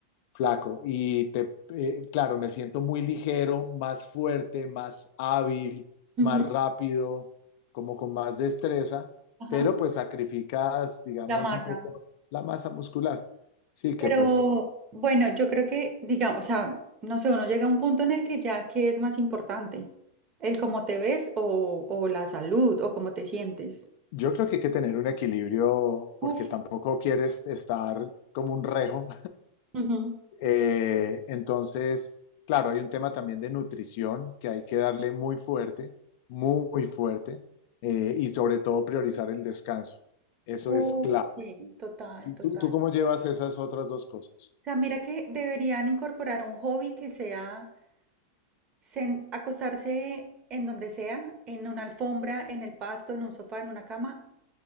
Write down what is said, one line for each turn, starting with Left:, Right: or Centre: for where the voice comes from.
Left: flaco. Y te, eh, claro, me siento muy ligero, más fuerte, más hábil,
Right: ujú,
Left: más rápido, como con más destreza,
Right: ajá,
Left: pero pues sacrificas, digamos,
Right: La masa.
Left: un poco la masa muscular. Sí, que
Right: Pero
Left: pues
Right: bueno, yo creo que, digamos, o sea, no sé, uno llega a un punto en el que ya, ¿qué es más importante? ¿El cómo te ves o, o la salud o cómo te sientes?
Left: yo creo que hay que tener un equilibrio porque
Right: Uf,
Left: tampoco quieres estar como un rejo
Right: ujú.
Left: Eh, entonces, claro, hay un tema también de nutrición que hay que darle muy fuerte, muy, muy fuerte, eh, y sobre todo priorizar el descanso. Eso
Right: Uf,
Left: es claro.
Right: sí, total, total.
Left: ¿Tú, tú cómo
Right: O
Left: llevas esas otras dos cosas?
Right: sea, mira que deberían incorporar un hobby que sea sen- acostarse en donde sea, en una alfombra, en el pasto, en un sofá, en una cama